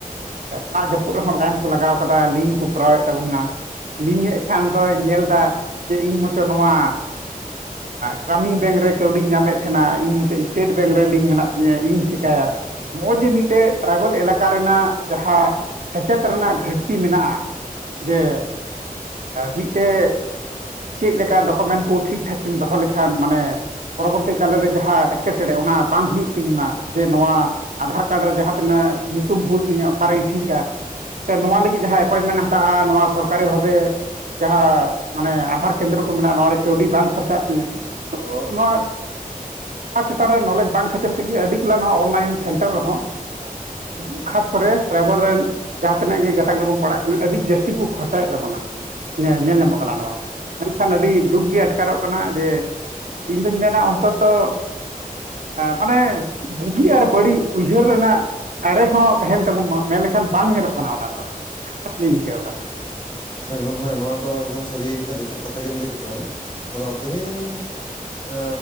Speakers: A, on the right (about 60°); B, on the left (about 30°).
A: ᱫᱟᱜ ᱡᱟᱹᱯᱩᱫ ᱨᱮᱦᱚᱸ ᱞᱟᱭᱤᱱ ᱠᱚ ᱞᱟᱜᱟᱣ ᱟᱠᱟᱫᱟ ᱞᱤᱝᱠ ᱠᱚ ᱠᱚᱨᱟᱣᱮᱫ ᱛᱟᱵᱚᱱᱟ ᱞᱤᱧᱮᱫ ᱠᱷᱟᱱ ᱫᱚᱭ ᱧᱮᱞ ᱫᱟ ᱡᱮ ᱤᱧ ᱢᱪᱚ ᱱᱚᱣᱟ ᱜᱨᱟᱢᱤᱱ ᱵᱮᱝᱠ ᱨᱮ ᱠᱟᱹᱣᱰᱤᱧ ᱧᱟᱢᱮᱫ ᱛᱟᱦᱮᱱᱟ ᱤᱧ ᱢᱩᱪᱟᱹᱫ ᱥᱴᱮᱴ ᱵᱮᱝᱠ ᱨᱮ ᱞᱤᱝᱠ ᱢᱮᱱᱟᱜ ᱛᱤᱧᱟᱹ ᱤᱧ ᱪᱤᱠᱟᱹᱭᱟ? ᱱᱚᱜᱼᱚᱭ ᱡᱮ ᱢᱤᱫᱴᱮᱡ ᱴᱮᱨᱟᱭᱵᱮᱞ ᱮᱞᱟᱠᱟ ᱨᱮᱱᱟᱜ ᱡᱟᱦᱟᱸ ᱥᱮᱪᱮᱫ ᱨᱮᱱᱟᱜ ᱜᱷᱟᱹᱴᱛᱤ ᱢᱮᱱᱟᱜᱼᱟ, ᱡᱮ ᱢᱤᱫᱴᱮᱡ ᱪᱮᱫ ᱞᱮᱠᱟ ᱰᱚᱠᱚᱢᱮᱱᱴ ᱠᱚ ᱴᱷᱤᱠ ᱴᱷᱟᱠ ᱫᱚᱦᱚ ᱞᱮᱠᱷᱟᱱ ᱢᱟᱱᱮ ᱯᱚᱨᱚᱵᱚᱨᱛᱤ ᱠᱟᱞᱨᱮ ᱡᱟᱦᱟᱸ ᱮᱴᱠᱮᱴᱚᱬᱮ ᱚᱱᱟ ᱵᱟᱝ ᱦᱩᱭᱩᱜ ᱛᱤᱧ ᱢᱟ ᱡᱮ ᱱᱚᱣᱟ ᱟᱫᱷᱟᱨ ᱠᱟᱨᱰ ᱨᱮ ᱡᱟᱦᱟᱸ ᱛᱤᱱᱟᱹᱜ ᱧᱩᱛᱩᱢ ᱵᱷᱩᱞ ᱛᱤᱧᱟᱹ ᱚᱠᱟᱨᱮᱧ ᱴᱷᱤᱠᱼᱟ ᱥᱮ ᱱᱚᱣᱟ ᱞᱟᱹᱜᱤᱫ ᱡᱟᱦᱟᱸᱭ ᱮᱯᱚᱭᱢᱮᱱᱴ ᱦᱟᱛ ᱢᱮᱛᱟᱜᱼᱟ, ᱱᱚᱣᱟ ᱥᱚᱨᱠᱟᱨᱤ ᱵᱷᱟᱹᱵᱮ ᱡᱟᱦᱟᱸ ᱢᱟᱱᱮ ᱟᱫᱷᱟᱨ ᱠᱮᱱᱫᱨᱚ ᱠᱚ ᱢᱮᱱᱟᱜᱼᱟ, ᱱᱚᱣᱟ ᱨᱮ ᱠᱟᱹᱣᱰᱤ ᱵᱟᱝ ᱠᱷᱚᱨᱪᱟᱜ ᱛᱤᱧᱟᱹ᱾ ᱛᱚ ᱱᱚᱣᱟ ᱱᱚᱣᱟ ᱪᱮᱛᱟᱱ ᱨᱮ ᱱᱚᱞᱮᱡᱽ ᱵᱟᱝ ᱠᱷᱟᱹᱛᱤᱨ ᱛᱮᱜᱮ ᱟᱹᱰᱤ ᱜᱩᱞᱟ ᱱᱚᱣᱟ ᱚᱱᱞᱟᱭᱤᱱ ᱥᱮᱱᱴᱟᱨ ᱨᱮᱦᱚᱸ, ᱟ ᱟᱵᱚ ᱠᱷᱟᱥ ᱠᱚᱨᱮ ᱴᱨᱟᱭᱵᱮᱞ ᱨᱮᱱ ᱡᱟᱦᱟᱸ ᱛᱤᱱᱟᱹᱜ ᱜᱮ ᱜᱟᱛᱟᱠ ᱨᱮᱵᱚᱱ ᱯᱟᱲᱟᱜ ᱠᱟᱱᱟ᱾ ᱟᱹᱰᱤ ᱡᱟᱹᱥᱛᱤ ᱠᱚ ᱠᱷᱚᱨᱪᱟᱭ ᱮᱫ ᱛᱟᱵᱚᱱᱟ᱾ ᱧᱮᱞ ᱧᱟᱢᱚᱜ ᱠᱟᱱᱟ ᱱᱚᱣᱟ᱾ ᱢᱮᱱᱠᱷᱟᱱ ᱟᱹᱰᱤ ᱫᱩᱠ ᱜᱮ ᱟᱴᱠᱟᱨᱚᱜ ᱠᱟᱱᱟ ᱡᱮ ᱤᱧᱫᱩᱧ ᱢᱮᱱᱟ, ᱚᱱᱛᱚᱛᱚ ᱢᱟᱱᱮ ᱵᱩᱜᱤ ᱟᱨ ᱵᱟᱹᱲᱤᱡ ᱩᱭᱦᱟᱹᱨ ᱨᱮᱱᱟᱜ ᱫᱟᱲᱮ ᱦᱚᱸ ᱛᱟᱦᱮᱱ ᱛᱟᱵᱚᱱ ᱢᱟ ᱢᱮᱱᱞᱮᱠᱷᱟᱱ ᱵᱟᱝ ᱧᱮᱞᱚᱜ ᱠᱟᱱᱟ ᱚᱱᱟ ᱫᱚ ᱦᱟᱦᱟᱲᱟᱜ ᱜᱤᱧ ᱟᱹᱭᱠᱟᱹᱣᱫᱟ᱾
B: ᱮᱠᱫᱚᱢ ᱦᱮᱸ ᱱᱚᱣᱟ ᱫᱚ ᱮᱠᱫᱚᱢ ᱥᱟᱹᱨᱤ ᱡᱚᱛᱷᱟᱛ ᱠᱟᱛᱷᱟ ᱜᱮᱢ ᱞᱟᱹᱭ ᱠᱮᱫ ᱛᱟᱞᱟᱝᱼᱟ, ᱟᱫᱚ ᱛᱤᱦᱤᱧ ᱮ